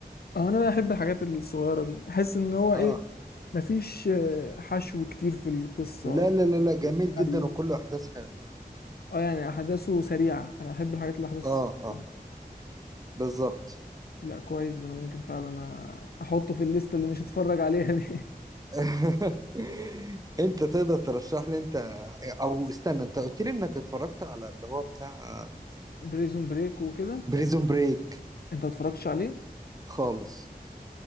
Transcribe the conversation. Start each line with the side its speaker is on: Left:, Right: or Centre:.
Left: اه انا بحب الحاجات الصغيرة دي احس ان هو ايه
Right: اه
Left: مفيش آه، حشو كتير في القصة
Right: لا لا لا
Left: في
Right: لا جميل
Left: السيناريو
Right: جدا وكله احداث حلوة
Left: اه يعني احداثه سريعة انا احب الحاجات اللي احداثها
Right: اه اه
Left: سريعة
Right: بالظبط
Left: لا كويس ده انا ممكن فعلا أ- احطه في الليسته اللي مش هتفرج عليها دي
Right: <laughs> انت تقدر ترشح لي انت او استنى انت قلت لي انك اتفرجت على اللي هو بتاع
Left: <laughs> بريزون بريك وكده
Right: بريزون بريك
Left: انت ما اتفرجتش عليه
Right: خالص